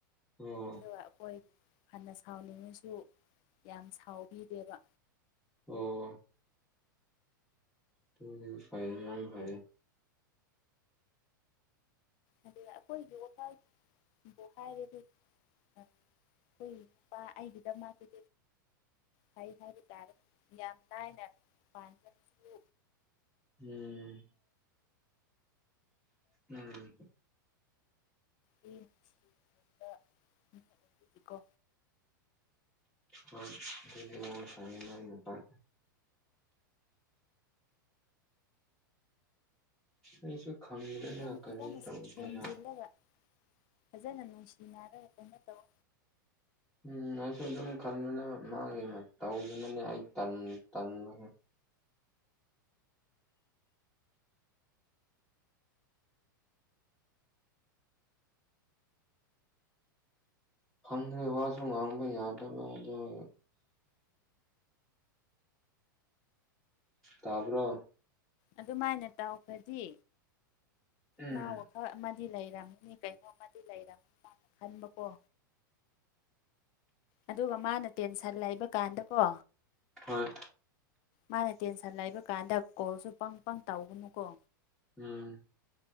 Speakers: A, in the centre; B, on the left.
A: ꯑꯣ
B: ꯑꯗꯨꯒ ꯑꯈꯣꯏ ꯐꯅ ꯁꯥꯎꯅꯤꯡꯉꯁꯨ ꯌꯥꯝ ꯁꯥꯎꯕꯤꯗꯦꯕ
A: ꯑꯣ ꯇꯨꯅꯤ ꯐꯩꯌꯦ ꯌꯥꯝ ꯐꯩꯌꯦ
B: ꯑꯗꯨꯒ ꯑꯈꯣꯏꯒꯤ ꯋꯥꯈꯜꯕꯨ ꯍꯥꯏꯔꯗꯤ ꯑ ꯑꯈꯣꯏꯄꯥ ꯑꯩꯒꯤꯗꯃꯛ <unintelligible> ꯍ ꯍꯥꯏꯕ ꯇꯥꯔꯦ ꯌꯥꯝ ꯂꯥꯏꯅ ꯄꯥꯟꯕꯖꯨ
A: ꯎꯝ ꯎꯝ
B: <unintelligible> ꯀꯣ
A: ꯍꯣꯏ <unintelligible> ꯑꯩꯁꯨ ꯈꯪꯗ꯭ꯔꯦꯗ
B: ꯑꯗꯨꯝ
A: ꯀꯔꯤ
B: ꯐꯖꯅ
A: ꯇꯧꯁꯤꯔ
B: ꯊꯦꯝꯖꯤꯜꯂꯒ ꯐꯖꯅ ꯅꯨꯡꯁꯤ ꯌꯥꯔꯦ ꯀꯩꯅꯣ ꯇꯧ
A: ꯎꯝ ꯑꯩꯁꯨ ꯑꯗꯨꯝ ꯈꯟꯕꯅꯦ ꯃꯥꯒꯤ ꯇꯧꯒꯅꯤꯉꯥꯢ ꯑꯩ ꯇꯟꯕꯨ ꯇꯟꯕꯒꯨꯝ ꯐꯪꯗ꯭ꯔꯦ ꯋꯥꯁꯔꯝ ꯍꯥꯡꯕ ꯌꯥꯗ꯭ꯔꯕ ꯑꯗꯨꯒꯤ ꯇꯥꯕ꯭ꯔꯣ
B: ꯑꯗꯨꯃꯥꯏꯅ ꯇꯧꯈ꯭ꯔꯗꯤ
A: ꯎꯝ
B: ꯃꯥ ꯋꯥꯈꯜ ꯑꯃꯗꯤ ꯂꯩꯔꯝ ꯃꯤ ꯀꯩꯅꯣꯝꯃ ꯂꯩꯔꯝꯅꯤ ꯃꯥꯅ ꯈꯟꯕꯀꯣ ꯑꯗꯨꯒ ꯃꯥꯅ ꯇꯦꯟꯁꯟ ꯂꯩꯕ ꯀꯥꯟꯗꯀꯣ
A: ꯍꯣꯏ
B: ꯃꯥꯅ ꯇꯦꯟꯁꯟ ꯂꯩꯕ ꯀꯥꯟꯗ ꯀꯣꯜꯁꯨ ꯄꯪ ꯄꯪ ꯇꯧꯒꯅꯨꯀꯣ
A: ꯎꯝ